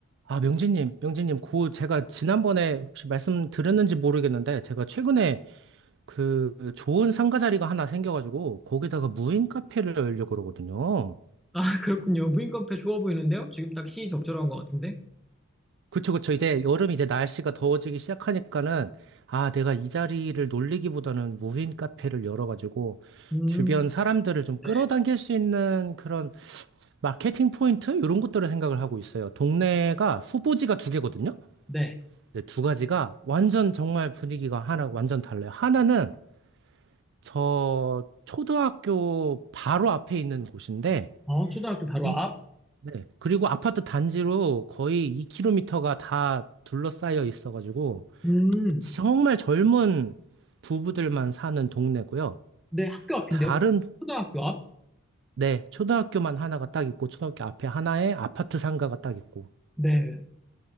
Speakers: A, on the right (about 55°); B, in the centre.
A: 아, 명진님, 명진님, 그 제가 지난번에 혹시 말씀드렸는지 모르겠는데 제가 최근에 그 좋은 상가 자리가 하나 생겨가지고 거기다가 무인 카페를 열려고 그러거든요.
B: 아, 그렇군요. 무인 카페 좋아 보이는데요? 지금 딱 시기 적절한 것 같은데?
A: 그쵸, 그쵸. 이제 여름 이제 날씨가 더워지기 시작하니까는 아, 내가 이 자리를 놀리기보다는 무인 카페를 열어가지고
B: 음,
A: 주변 사람들을 좀 끌어당길
B: 네.
A: 수 있는 그런 마케팅 포인트 이런 것들을 생각을 하고 있어요. 동네가 후보지가 두 개거든요.
B: 네.
A: 근데 두 가지가 완전 정말 분위기가 하나 완전 달라요. 하나는 저 초등학교 바로 앞에 있는 곳인데
B: 아, 초등학교 바로
A: 이
B: 앞?
A: 네. 그리고 아파트 단지로 거의 2km가 다 둘러싸여 있어가지고
B: 음,
A: 정말 젊은 부부들만 사는 동네고요.
B: 네, 학교 앞인데요?
A: 다른
B: 초등학교 앞?
A: 네, 초등학교만 하나가 딱 있고 초등학교 앞에 하나에 아파트 상가가 딱 있고
B: 네,